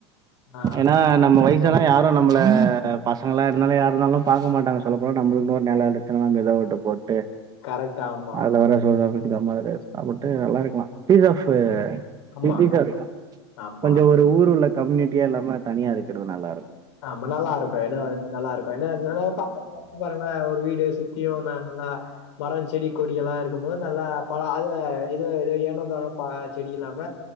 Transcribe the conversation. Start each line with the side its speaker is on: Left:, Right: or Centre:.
Left: அஹ்
Right: ஏனா நம்ம வயசு வயசானா யாரு நம்மள பசங்களா இருந்தாலு யாருனாலு பாக்க மாட்டாங்க சொல்ல போனா நம்ளுக்கு ஒரு நெலோ இரூக் தினோ நம்ப எதா ஒட்ட போட்டு
Left: கரெக்ட் ஆமா.
Right: அதல்ல வர <inaudible> சாப்பிட்டு நல்லா இருக்கலா பீஸ் ஆஃப்
Left: ஆமா,
Right: <unintelligible> இருக்கோ
Left: ஆமா.
Right: கொஞ்சோ ஒரு ஊர் உள்ள கம்யூனிட்டியா இல்லாம தனியா இருக்கறது நல்லா இருக்
Left: ஆமா நல்லா இருக்கோ என்ன ஒன்னு நல்லா இருக்கோ என்ன <inaudible> ஓரமா ஒரு வீடு சுத்தியூ ஒன்னு நல்லா மரம் செடி கொடி எல்லா இருக்கு போத் நல்லா பலா அது ஏதோ ஏதோ ஏனோ தானோ ப செடி இல்லாம